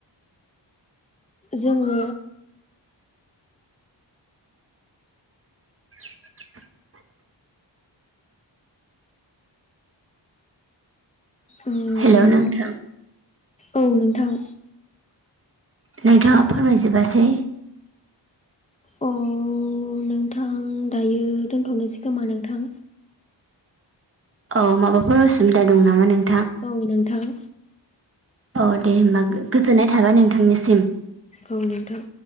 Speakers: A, on the left; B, on the right.
A: जोङो
B: <unintelligible>
A: उम
B: हेलौ नोंथां।
A: औ नोंथां।
B: नोंथाङा फोरमायजोबासै।
A: अ नोंथां दायो दोन्थ'नोसै खोमा नोंथां?
B: औ माबाफोर उसिबिदा दं नामा नों
A: औ नोंथां।
B: औ दे होमबा गोजोननाय थाबाय नोंथांनिसिम।
A: औ नोंथां